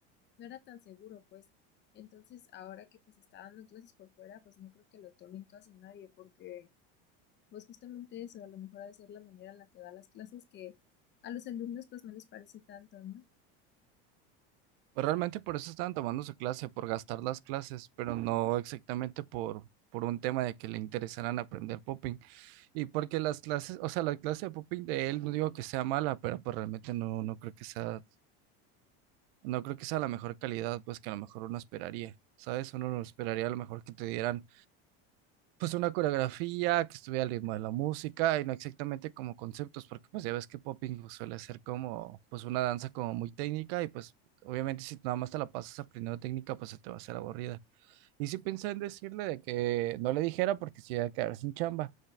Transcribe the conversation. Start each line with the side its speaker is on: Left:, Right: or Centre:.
Left: no era tan seguro, pues. Entonces, ahora que pues está dando clases por fuera, pues no creo que lo tomen casi nadie, porque pues justamente eso, a lo mejor ha de ser la manera en la que da las clases que a los alumnos pues no les parece tanto, ¿no?
Right: Pues realmente por eso estaban tomando su clase, por gastar las clases, pero no exactamente por, por un tema de que le interesaran aprender popping. Y porque las clases, o sea, la clase de popping de él, no digo que sea mala, pero pues realmente no, no creo que sea, no creo que sea la mejor calidad, pues que a lo mejor uno esperaría, ¿sabes? Uno no esperaría a lo mejor que te dieran pues una coreografía que estuviera al ritmo de la música y no exactamente como conceptos, porque pues ya ves que popping pues, suele ser como pues una danza como muy técnica y pues obviamente si nada más te la pasas aprendiendo técnica pues se te va a hacer aburrida. Y sí pensé en decirle de que no le dijera porque se iba a quedar sin chamba.